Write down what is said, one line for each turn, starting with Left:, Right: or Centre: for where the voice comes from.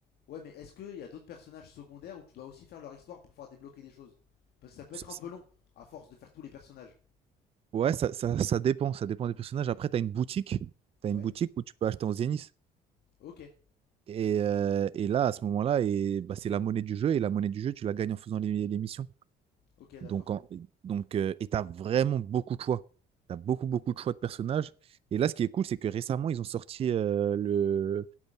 Left: Ouais, mais est-ce qu'il y a d'autres personnages secondaires où tu dois aussi faire leur histoire pour pouvoir débloquer des choses Parce que ça peut
Right: Ça-
Left: être un
Right: ça-
Left: peu long, à force de faire tous les personnages.
Right: ouais, ça, ça, ça dépend, ça dépend des personnages. Après, tu as une boutique, tu
Left: Ouais.
Right: une boutique où tu peux acheter en Zenith.
Left: Ok.
Right: Et, euh, et là, à ce moment-là, et, bah, c'est la monnaie du jeu. Et la monnaie du jeu, tu la gagnes en faisant les, les missions.
Left: Ok, d'accord.
Right: Donc, en- donc, euh, et tu as vraiment beaucoup de choix. Tu as beaucoup, beaucoup de choix de personnages. Et là, ce qui est cool, c'est que récemment, ils ont sorti euh, le,